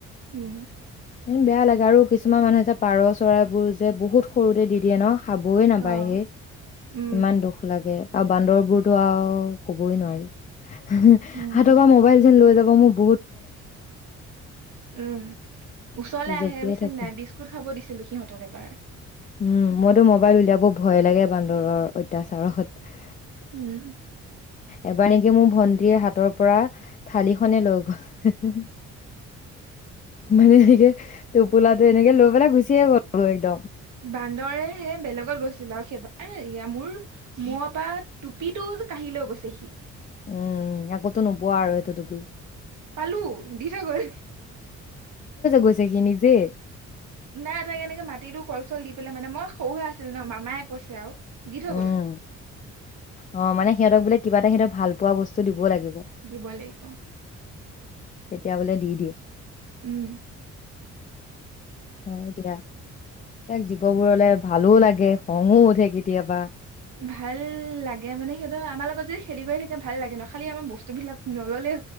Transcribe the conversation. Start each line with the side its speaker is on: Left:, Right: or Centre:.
Right: উম
Left: এনে বেয়া লাগে আৰু কিছুমান মানুহে যে পাৰ চৰাইবোৰ যে বহুত সৰুতে দি দিয়ে ন খাবই নাপায়
Right: অ
Left: হে
Right: উম
Left: ইমান দুখ লাগে আৰু বান্দৰবোৰতো আৰু কবই নোৱাৰি হুহু
Right: উম
Left: হাতৰ পৰা মোবাইল যেন লৈ যাব আকৌ মো
Right: উম ওচৰলে আহে
Left: জঁপিয়াই
Right: বুইজ
Left: থাকে।
Right: নে নাই বিস্কুট খাব দিছিলো সিহঁতক এবাৰ
Left: উম মইতো মোবাইল উলিয়াব ভয় লাগে বান্দৰৰ অত্যাচাৰত
Right: উম
Left: এবাৰ নেকি মোৰ ভন্টিৰ হাতৰ পৰা থালি খনে লৈ গ'ল মানে এনেকে টোপোলাটো এনেকে ল মানে গুছিয়ে গ'ল একদম
Right: বান্দৰে হে বেলেগত গৈছিলো আৰু সেইবাৰ মোৰ মুৰৰ পৰা টুপিটো কঢ়ি লৈ গৈছেহি
Left: উম আকৌটো নোপোৱা আৰু সেইটো টুবি
Right: পালো দি থৈ গ'ল
Left: গৈছে খিনি যে
Right: নাই তাক কেনেকে মাতিলো কল চল দি পেলাই মানে মই সৰু হৈ আছিলো ন মামাই কৈছে আৰু দি থৈ গ'ল
Left: উম অ মানে সিহঁতক বোলে কিবা এ সিহঁত ভাল পোৱা বস্তু দিব লাগে
Right: দিব লাগিব
Left: তেতিয়া বোলে দি দিয়ে
Right: উম
Left: হয় কিবা যিবো সেইবোৰলে ভালো লাগে খঙো উঠে কেতিয়াবা
Right: ভাল লাগে মানে সিহঁতৰ আমাৰ লগত যদি খেলি কৰি থাকে ভাল লাগে ন খালি আমাৰ বস্তু বিলাক নল'লে